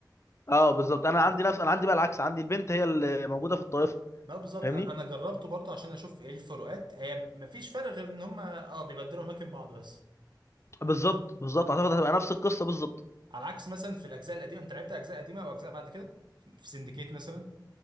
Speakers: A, on the left; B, on the right.
A: اه بالظبط انا عندي نفس انا عندي بقى العكس عندي البنت هي اللي موجوده في الطائفه
B: لا بالظبط
A: فاهمني؟
B: انا أنا جربته برضو عشان اشوف ايه الفروقات هي مفيش فرق غير ان هم اه بيبدلوا اماكن بعض بس
A: بالظبط بالظبط اعتقد هتبقى نفس القصه بالظبط
B: على عكس مثلا في الاجزاء القديمه انت لعبت اجزاء قديمه او اجزاء بعد كده في سندكيت مثلا